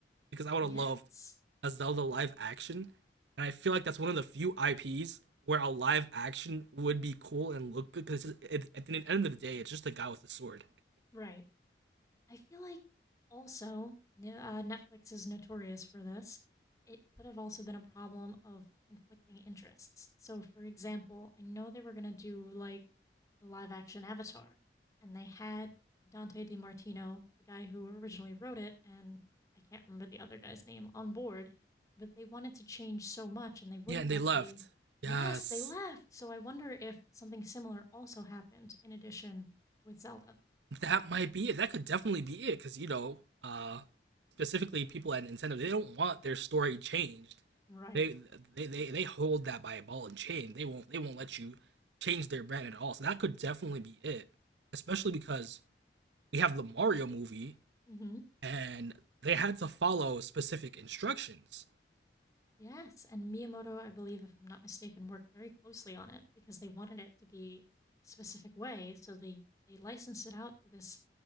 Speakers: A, on the right (about 80°); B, on the left (about 20°).
A: because I would
B: Yes.
A: have loved a Zelda live action, and I feel like that's one of the few IPs where a live action would be cool and look good because it, at the end of the day, it's just a guy with a sword.
B: Right. I feel like also ne- uh, Netflix is notorious for this. It could have also been a problem of conflicting interests. So, for example, I know they were going to do like live action Avatar, and they had Dante DiMartino, the guy who originally wrote it, and I can't remember the other guy's name, on board, but they wanted to change so much and they wouldn't
A: Yeah, and they
B: let
A: left.
B: the.
A: Yes,
B: Yes, they left! So I wonder if something similar also happened in addition with Zelda.
A: that might be it. That could definitely be it because you know, uh, specifically people at Nintendo, they don't want their story changed.
B: Right.
A: They, they they they hold that by a ball and chain. They won't they won't let you change their brand at all. So that could definitely be it, especially because we have the Mario movie
B: hmm.
A: and they had to follow specific instructions.
B: Yes, and Miyamoto, I believe, if I'm not mistaken, worked very closely on it because they wanted it to be a specific way, so they, they licensed it out to this